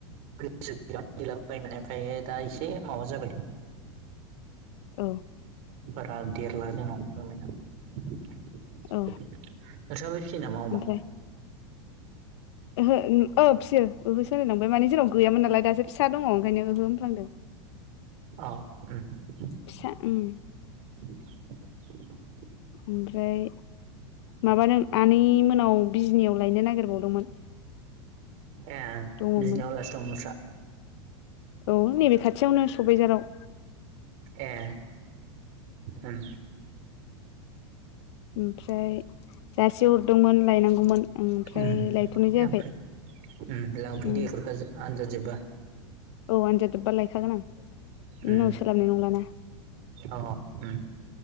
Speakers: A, on the right; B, on the left.
A: <unintelligible> ओमायो दा एसे माबा जाबाय।
B: औ
A: बारा देरला जोंनाव अमाया नोंसाबो
B: औ
A: फिसियो नामा अमाखौ
B: ओमफ्राय ओहो ओ फिसियो ओहो सो होनलायलांबाय माने जोंनाव गैयामोन नालाय दासो फिसा दङ ओंखायनो ओहो होनफ्लांदों।
A: अ उम
B: फिसा उम
A: <inaudible>
B: ओमफ्राय माबा नों आनै मोननाव बिजनियाव लायनो नागिरबावदोंमोन।
A: ए
B: दङमोन
A: बिजनियाव आलासि दं नोंस्रा?
B: औ नैबे खाथियावनो सबायइझाराव।
A: ए उम
B: ओमफ्राय जासि हरदोंमोन लायनांगौमोन। ओमफ्राय
A: उम
B: लायथ'नाय जायाखै
A: लांफै उम लांफै
B: उम
A: दे फरिखा जोब्बा आनजाद जोब्बा
B: अ आनजाद जोब्बा लायखागोन आं बिनि
A: उम
B: उनाव सोलाबनाय नंलाना?
A: अ उम